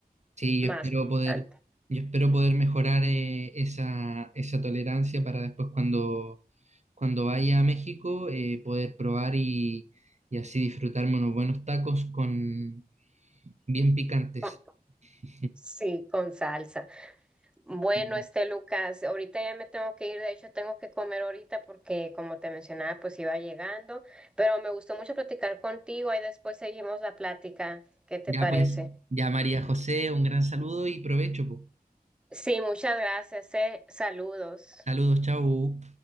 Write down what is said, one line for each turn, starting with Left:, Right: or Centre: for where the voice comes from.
Right: Sí,
Centre: Más
Right: yo espero
Centre: picante.
Right: poder, yo espero poder mejorar eh, esa, esa tolerancia para después cuando, cuando vaya a México eh, poder probar y, y así disfrutarme unos buenos tacos con bien picantes.
Centre: Con-
Right: <laughs>
Centre: Sí, con salsa. Bueno,
Right: Sí.
Centre: este Lucas, ahorita ya me tengo que ir, de hecho tengo que comer ahorita porque como te mencionaba, pues iba llegando, pero me gustó mucho platicar contigo, ahí después seguimos la plática. ¿Qué te
Right: Ya
Centre: parece?
Right: pues, ya María José, un gran saludo y provecho, po.
Centre: Sí, muchas gracias, eh. Saludos.
Right: Saludos, chau.